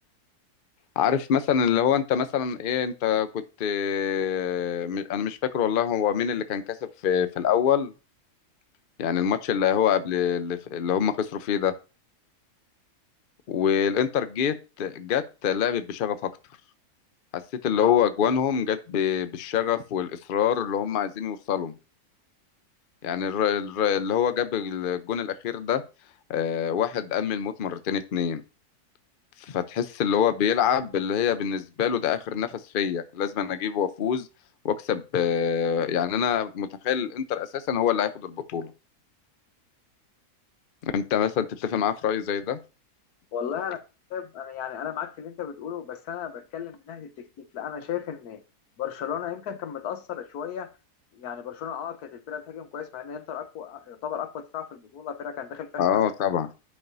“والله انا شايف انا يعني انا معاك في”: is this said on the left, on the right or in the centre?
Left